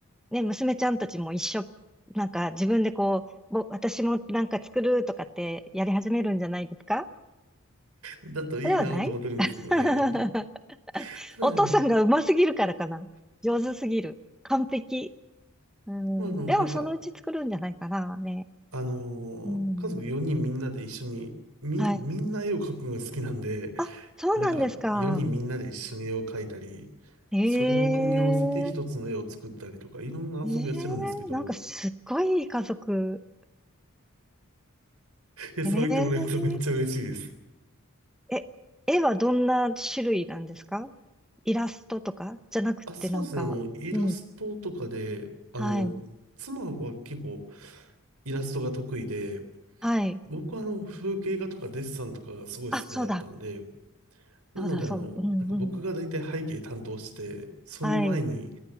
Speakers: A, in the centre; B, on the right.
A: ね、娘ちゃんたちも一緒、なんか自分でこう、ぼ、私もなんか作るとかってやり始めるんじゃないですか
B: だといいなと思ってるんですけどね。
A: それはない <laughs>
B: ただ、
A: お父さんがうますぎるからかな。
B: あの、
A: 上手すぎる。完璧。うん。
B: まああの、
A: でも、
B: なんか、
A: そのうち作るんじゃないかな、ね。
B: あのー家族4人みんなで一緒に、
A: うん。
B: み、
A: はい。
B: みんな絵を描くのが好きなんで、
A: あ、そうなんですか。
B: なんか、4人みんなで一緒に絵を描いたり、
A: ええ
B: それを組み合わせて一つの絵を作ったりとか、いろんな遊びをしてるんですけど、
A: ええなんかすっごいいい家族。
B: いや、
A: え
B: そう言ってもらえるとめっちゃ嬉しいです。
A: ええ、絵はどんな種類なんですかイラストとかじゃなくてなんか、
B: あ、そうですね、あの、イラストとかで、
A: うん。
B: あの、
A: はい。
B: 妻は結構イラストが得意で、
A: はい。
B: 僕はあの、風景画とかデッサンとかがすごい好きだったんで、
A: あ、そうだ。
B: なので、
A: そうだ、そう。
B: あの、
A: うん、
B: なんか僕が大体背景担当して、
A: うん。
B: その前に、
A: はい。